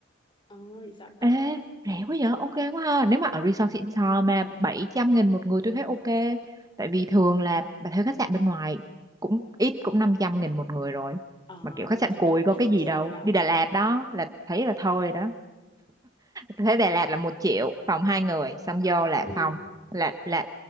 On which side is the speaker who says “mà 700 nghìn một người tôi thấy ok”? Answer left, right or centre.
Right